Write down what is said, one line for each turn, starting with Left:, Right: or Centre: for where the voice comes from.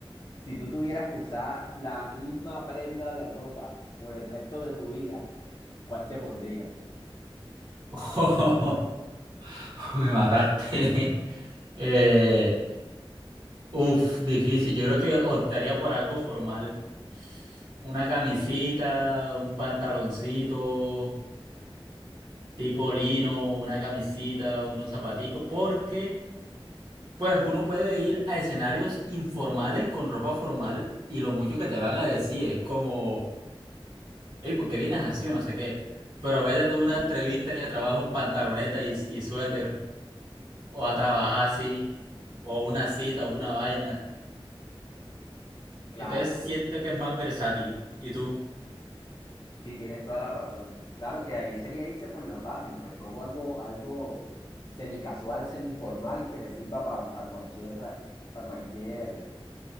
Left: Si tú tuvieras que usar la misma prenda de ropa por el resto de tu vida, ¿cuál te pondrías?
Right: <laughs> me mataste. <laughs> Eh, uf, difícil. Yo creo que optaría por algo formal. Una camisita, un pantaloncito, tipo lino, una camisita, unos zapaticos, porque pues uno puede ir a escenarios informales con ropa formal y lo mucho que te van a decir es como, hey, ¿por qué vienes así o no sé qué? Pero vete tú a una entrevista de trabajo en pantaloneta y, y suéter. o a trabajar así, o a una cita, o una vaina.
Left: Claro,
Right: Entonces siento que es más versátil. ¿Y tú?
Left: sí, tienes toda la razón. Claro que ahí sería irse por lo fácil, pues cojo algo, algo semicasual, semiformal que me sirva para cualquier, para cualquier